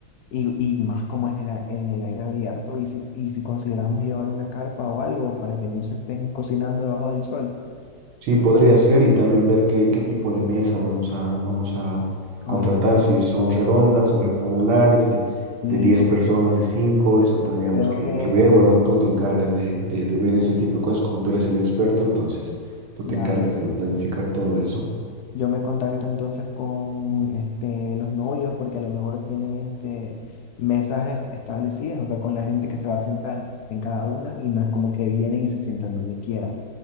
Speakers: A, on the left; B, on the right.
A: Y, y más como es el a- en el aire abierto, y si, y si consideramos llevar una carpa o algo para que no se estén cocinando debajo del sol,
B: Sí, podría ser y también ver qué, qué tipo de mesa vamos a, vamos a
A: vamos
B: contratar,
A: a tener.
B: si son redondas o rectangulares, de,
A: Sí,
B: de 10 personas, de cinco eso tendríamos
A: yo creo
B: que,
A: que.
B: que ver. Bueno, tú te encargas de, de, de ver ese tipo de cosas, como tú eres el experto, entonces tú
A: Dale.
B: te encargas de planificar todo eso.
A: Yo me contacto entonces con este, los novios porque a lo mejor tienen este, mesas es- establecidas, o sea, con la gente que se va a sentar en cada una y no es como que vienen y se sientan donde quieran,